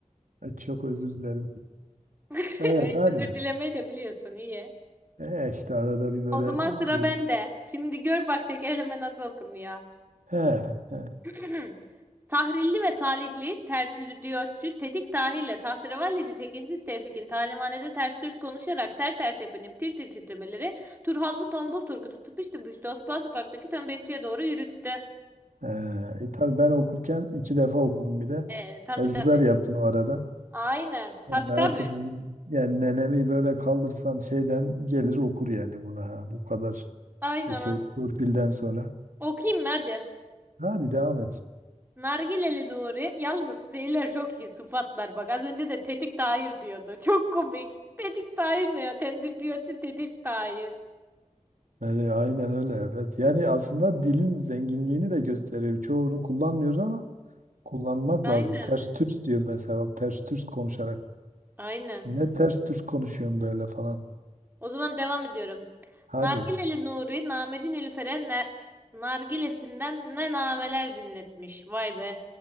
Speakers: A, on the right; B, on the right.
A: E, Çok özür dilerim.
B: <laughs>
A: Evet
B: Öyle
A: hadi.
B: özür dilemeyi de biliyorsun. iyi.
A: E işte arada bir böyle
B: O zaman sıra
A: şey.
B: bende. Şimdi gör bak tekerleme nasıl okunuyor.
A: He, he,
B: <clears throat> Tahrilli ve talihli, tertüdyotçu, tetik tahirle, tahterevalleci, tekinsiz tevfikin, talimhanede ters düz konuşarak, ter ter tepinip, tir tir titremeleri, Turhallı tombul Turgut'u tıpış tıpış Tosbağa sokaktaki tömbekçiye doğru yürüttü.
A: he. E, tabii ben okurken iki defa okudum bir de.
B: Ee, tabii
A: Ezber
B: tabii.
A: yaptım o arada.
B: Aynen. Tabii
A: Yani artık
B: tabii.
A: yani nenemi böyle kaldırsan şeyden gelir okur yani buna. ha. Bu kadar
B: Aynen
A: e, şey
B: ha.
A: torpilden sonra.
B: Okuyayım mı hadi.
A: Hadi devam et.
B: Nargileli Nuri. Yalnız şeyler çok iyi sıfatlar bak. Az önce de tetik tahir diyordu. Çok komik. Tetik tahir ne ya? Tendürdiyotçu tetik tahir.
A: Öyle, aynen öyle evet. Yani aslında dilin zenginliğini de gösteriyor. Çoğunu kullanmıyoruz ama kullanmak
B: Aynen.
A: lazım. Ters türs diyor mesela bak ters türs konuşarak.
B: Aynen.
A: Ne ters düz konuşuyorsun böyle falan.
B: O zaman devam ediyorum.
A: Hadi.
B: Nargileli Nuri, Nameci Nilüfer'e ne- nargilesinden ne nameler dinletmiş. Vay be.